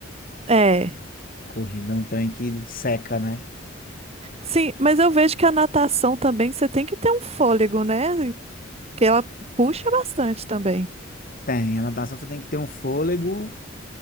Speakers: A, on the right (about 35°); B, on the left (about 50°).
A: É.
B: Corrida é um trem que seca, né?
A: Sim, mas eu vejo que a natação também você tem que ter um fôlego, né? Porque ela puxa bastante também.
B: Tem. A natação você tem que ter um fôlego